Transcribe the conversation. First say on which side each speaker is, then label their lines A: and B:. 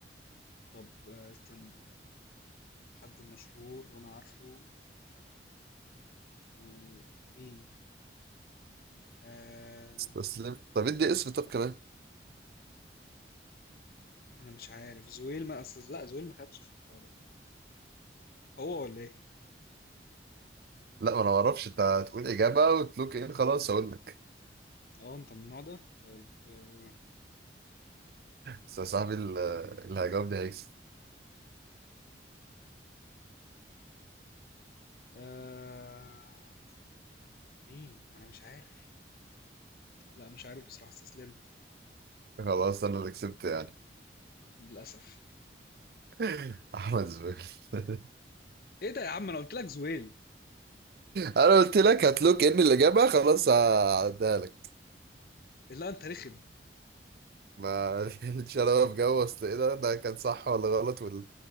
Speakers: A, on the left; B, on the right.
A: طب آه، استنى حد مشهور وانا عارفه ومين آه...
B: استسلم طب ادي اسم طب كمان
A: ما انا مش عارف زويل ما اصل لا زويل ما خدش في البتاع ده هو ولا ايه
B: لا ما انا ما اعرفش انت هتقول اجابه وتلوك ان خلاص اقول لك
A: اه انت من النوع ده طيب آه...
B: بس يا صاحبي ال- اللي هيجاوب ده هيكسب
A: آه... مين ما انا مش عارف لا مش عارف بصراحة استسلمت
B: خلاص انا اللي كسبت يعني
A: للأسف
B: <laughs> احمد زويل <laughs>
A: ايه ده يا عم انا قلت لك زويل
B: انا قلت لك هتلوك ان الاجابه خلاص هعديها لك
A: لا انت رخم
B: ما <laughs> ليش انا في جو اصل ايه ده ده كان صح ولا غلط وال...